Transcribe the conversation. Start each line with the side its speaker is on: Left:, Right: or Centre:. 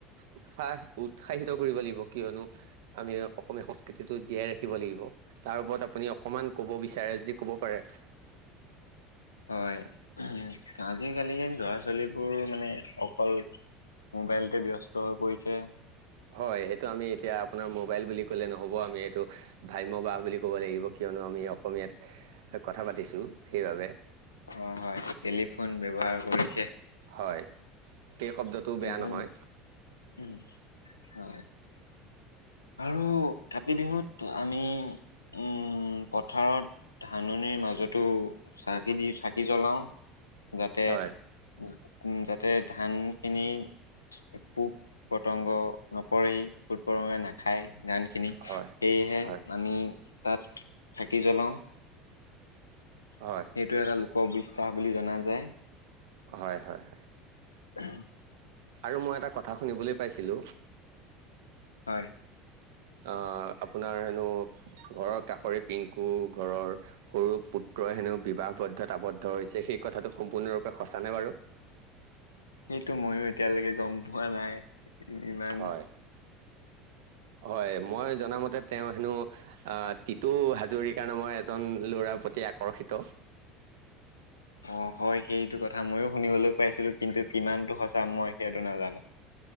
Right: উৎসাহ উৎস উৎসাহিত কৰিব লাগিব কিয়নো আমি অসমীয়া সংস্কৃতিটো জীয়াই ৰাখিব লাগিব তাৰ ওপৰত আপুনি অকমান ক'ব বিচাৰে যি ক'ব পাৰে
Left: হয়, আজিকালি লৰা ছোৱালীবোৰ মানে অকল মোবাইলতে ব্যস্ত হৈ পৰিছে
Right: হয় সেইটো আমি এতিয়া আপোনাৰ মোবাইল বুলি কলে নহ'ব আমি এইটো ভ্ৰাম্য বাহ বুলি ক'ব লাগিব কি কিয়নো আমি অসমীয়াত কথা পাতিছোঁ সেইবাবে।
Left: অ', হয় টেলিফোন ব্যৱহাৰ কৰিছে
Right: হয়, অ সেই শব্দটোও
Left: টেলিফোন
Right: বেয়া নহয়
Left: উম, হয় আৰু কাতি বিহুত আমি উম পথাৰত ধাননিৰ মাজতো চাকি দি চাকি জ্বলাও। যাতে
Right: হয়
Left: উ যাতে ধান খিনি পোক পতংগ <unintelligible> খাই গানখিনি
Right: হয়
Left: সেয়েহে
Right: হয়
Left: আমি তাত থাকি জ্বলাওঁ।
Right: হয়
Left: সেইটোৱে এটা লোকবিশ্বাস বুলি জনা যায়
Right: হয়, হয়, হয়।
Left: উ।
Right: আৰু মই এটা কথা শুনিবলৈ পাইছিলো
Left: হয়।
Right: অ', আপোনাৰ হেনো ঘৰৰ কাষৰে পিংকু ঘৰৰ সৰু পুত্ৰই হেনু বিবাহবদ্ধত আৱদ্ধ হৈছে সেই কথাটো সম্পূৰ্ণৰূপে সচা নে বাৰু?
Left: সেইটো ময়ো এতিয়ালৈকে গম পোৱা নাই ইমান
Right: হয়। <inaudible> হয়, মই জনা মতে তেওঁ হেনো আহ তিটো হাজৰিকা নামৰ এজন ল'ৰা প্ৰতি আকৰ্ষিত
Left: অ', হয় সেইটো কথা ময়ো শুনিবলৈ পাইছিলো কিন্তু কিমানতটো সচ মই সেইটো নাজানো